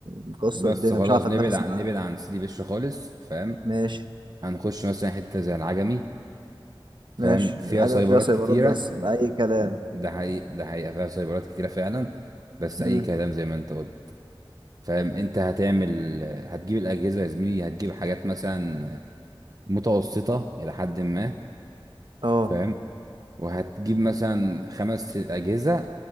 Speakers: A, on the right; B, on the right.
A: مكسر
B: بس
A: الدنيا
B: خلاص
A: مش عارف
B: نبعد
A: اتنافس
B: عن
A: معاه
B: نبعد عن سيدي بشر خالص فاهم
A: ماشي
B: هنخش مثلا حته زي العجمي فاهم
A: ماشي
B: فيها
A: الحاجه
B: سايبرات
A: فيها سيبرات
B: كتيره
A: بس اي كلام
B: ده حقيقه ده حقيقه فيها سايبرات كتيره فعلا بس
A: امم
B: اي كلام زي ما انت قلت فاهم انت هتعمل هتجيب الاجهزه يا زميلي هتجيب حاجات مثلا متوسطه الى حد ما
A: اه
B: فاهم وهتجيب مثلا خمس أجهزة